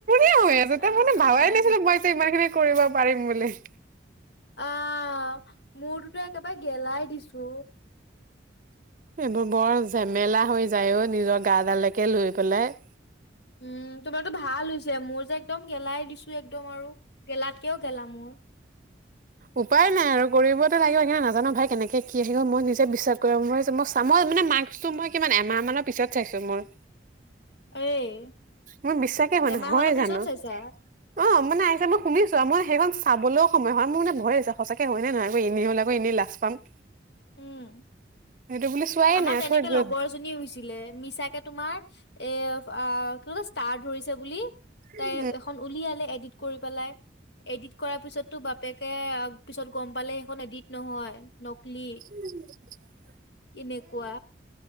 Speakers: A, on the left (about 65°); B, on the right (about 45°).
A: ইচ
B: ই হৈ আছ
A: ৰাম
B: তাৰ মানে ভাৱাই নাছিলো মই যে ইমান খিনি। কৰিব পাৰিম বুলি।
A: আহ মোৰটো একেবাৰে গেলাই দিছো।
B: এইবোৰ বৰ ঝেমেলা হৈ যায় অ নিজৰ গাডালেকে লৈ পেলাই।
A: উম তোমাৰো ভাল হৈছে মোৰ যে একদম গেলাই দিছো একদম আৰু গেলাত। কিয় গেলাম মোৰ।
B: উপায় নাই আৰু কৰিবতে লাগিব ন নাজানো ভাই কেনেকে কি আহি গ'ল মই নিজে বিশ্বাস কৰিব মই মই চামই। মানে মাৰ্কটো মই কিমান এমাহ মানৰ পিছত চাইছো মোৰ।
A: এই।
B: মোৰ বিশ্বাসে ম
A: এমাহ
B: ন হয়
A: মানৰ পিছত
B: জানো।
A: চাইছা
B: অ মানে আহিছে মই শুনিছো মই। সেইখন চাবলৈও সময় হয় মোৰ মে ভয় সঁচাকে হয় নে নহয়, এনে হ'ল আকৌ এনেই লাজ পাম।
A: উম।
B: সেইটো বুলি চোৱাই
A: আমাৰ
B: নাই
A: তেনেকে
B: থৈ দিলো
A: লগৰ জনী হৈছিলে মিছাকে তোমাৰ এ কি ক ষ্টাৰ ধৰিছে বুলি তাই
B: উম
A: এখন উলিয়ালে এডট। কৰি পেলাই এডিট কৰাৰ পিছতো বাপেকে পিছত গম পালে সেইখন এডিট নহয় নকলি?
B: উম।
A: কেনেকুৱা,